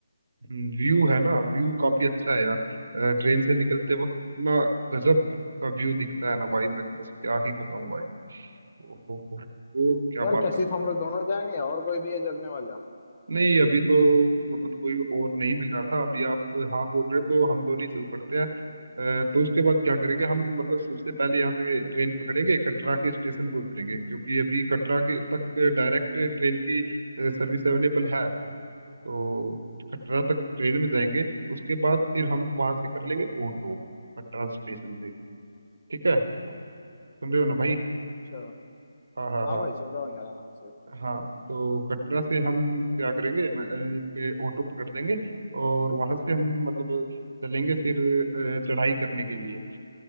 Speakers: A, on the right; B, on the left.
A: हम्म, व्यू है ना व्यू काफी अच्छा है यार अ, ट्रेन से निकलते वक्त इतना गजब का व्यू दिखता है ना भाई मैं तो बस क्या ही बताऊं भाई वो, वो, वो, वो क्या
B: यार
A: बात
B: कैसे
A: है भाई क्या
B: हम लोग
A: बात।
B: दोनों जाएंगे या और कोई भी है चलने वाला
A: नहीं अभी तो मतलब कोई और नहीं मिल रहा था अभी आप हाँ बोल रहे हो तो हम दोनों ही चल पड़ते हैं अ, तो उसके बाद क्या करेंगे हम मतलब सबसे पहले यहाँ से ट्रेन पकड़ेंगे कटरा के स्टेशन पे उतरेंगे क्योंकि अभी कटरा के तक डायरेक्ट ट्रेन की सर्विस अवेलेबल है तो कटरा तक ट्रेन में जाएंगे उसके बाद फिर हम वहाँ से कर लेंगे ऑटो कटरा स्टेशन से ठीक है सुन रहे हो ना भाई
B: अच्छा
A: हाँ हाँ
B: हाँ
A: हाँ
B: भाई सुन रहा हूँ यार आराम से
A: हाँ तो कटरा से हम क्या करेंगे मैं, अ, एक ऑटो पकड़ लेंगे और वहां से हम मतलब चलेंगे फिर अ, चढ़ाई करने के लिए